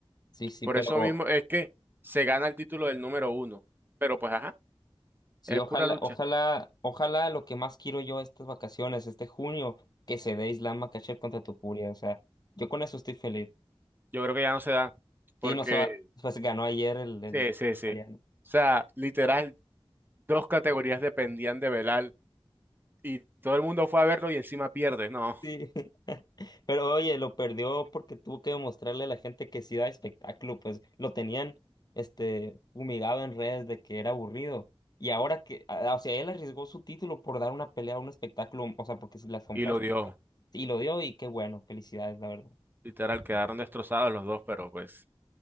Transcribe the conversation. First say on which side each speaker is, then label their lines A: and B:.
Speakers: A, on the left; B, on the right.
A: Sí, sí,
B: Por
A: pero
B: eso mismo es que se gana el título del número uno. Pero pues, ajá,
A: sí,
B: es
A: ojalá,
B: pura lucha.
A: ojalá, ojalá lo que más quiero yo estas vacaciones, este junio, que se dé Islam Makhachev contra Tupuria. O sea, yo con eso estoy feliz.
B: Yo creo que ya no se da porque,
A: Sí, no se va, pues ganó ayer el, el
B: sí, sí,
A: australiano.
B: sí. O sea, literal, dos categorías dependían de Belal y todo el mundo fue a verlo y encima pierde, no.
A: Sí. <laughs> Pero oye, lo perdió porque tuvo que demostrarle a la gente que sí da espectáculo, pues lo tenían este humillado en redes de que era aburrido. Y ahora que, a- o sea, él arriesgó su título por dar una pelea a un espectáculo, o sea, porque si las compras
B: Y lo
A: con-
B: dio.
A: <laughs> y lo dio y qué bueno, felicidades, la verdad.
B: Literal, quedaron destrozados los dos, pero pues.